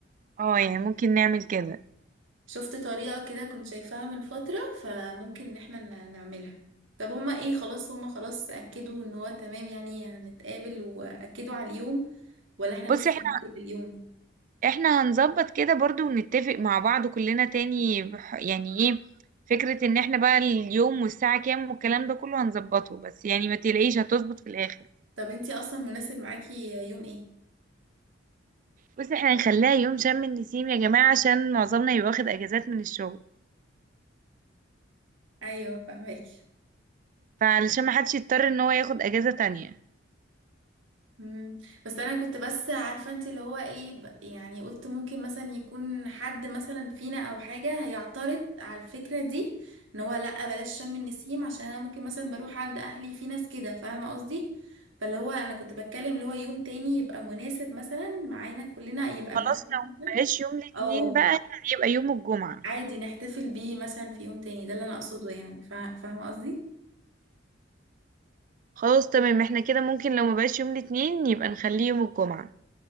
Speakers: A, on the right (about 40°); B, on the right (about 75°).
A: اه يعني ممكن نعمل كده
B: شفت طريقة كده كنت شايفاها من فترة فممكن ان احنا ن- نعملها طب هما ايه خلاص هما خلاص أكدوا ان هو تمام يعني هنتقابل وأكدوا على اليوم ولا احنا
A: بصي
B: لسه
A: احنا
B: هنرتب اليوم
A: احنا هنظبط كده برضو ونتفق مع بعض كلنا تاني بح- يعني ايه فكره ان احنا بقى اليوم والساعه كام والكلام ده كله هنظبطه بس يعني ما تلاقيش هتظبط في الاخر
B: طب انتي اصلا مناسب معاكي يوم ايه؟
A: بصي احنا هنخليها يوم شم النسيم يا جماعه عشان معظمنا يبقى واخد اجازات من الشغل
B: ايوه فاهمك
A: فعلشان ما حدش يضطر ان هو ياخد اجازه تانية
B: مم. بس انا كنت بس عارفه انت اللي هو ايه ب- يعني قلت ممكن مثلا يكون حد مثلا فينا او حاجه هيعترض على الفكره دي ان هو لا بلاش شم النسيم عشان انا ممكن مثلا بروح عند اهلي في ناس كده فاهمه قصدي فاللي هو انا كنت بتكلم اللي هو يوم تاني يبقى مناسب مثلا معانا كلنا يبقى
A: خلاص
B: مناسب
A: لو ما
B: مثلا
A: بقاش يوم الاثنين
B: او
A: بقى يبقى يوم الجمعة
B: عادي نحتفل بيه مثلا في يوم تاني ده اللي انا اقصده يعني فا- فاهمه قصدي
A: خلاص تمام احنا كده ممكن لو ما بقاش يوم الاثنين يبقى نخليه يوم الجمعة